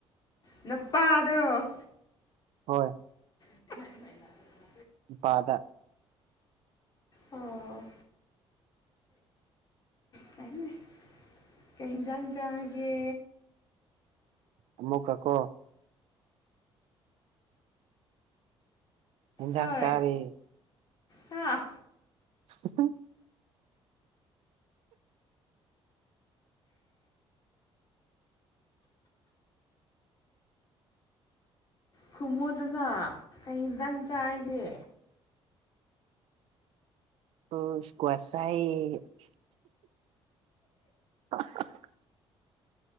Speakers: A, on the left; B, on the right.
A: ꯅꯄꯥꯗꯔꯣ
B: ꯍꯣꯏ
A: <unintelligible>
B: ꯄꯥꯗ
A: ꯑꯣ ꯀꯩ ꯀꯩ ꯌꯦꯟꯖꯥꯡ ꯆꯥꯔꯒꯦ
B: ꯑꯃꯨꯛꯀ ꯀꯣ ꯏꯟꯖꯥꯡ
A: ꯍꯣꯏ
B: ꯆꯔ‌ꯦ
A: ꯍꯥ
B: <unintelligible>
A: ꯈꯨꯃꯨꯗꯅ ꯀꯩ ꯌꯦꯟꯖꯥꯡ ꯆꯥꯔꯒꯦ
B: ꯑꯣ ꯁꯀ꯭ꯋꯥꯁ ꯆꯥꯏ <unintelligible>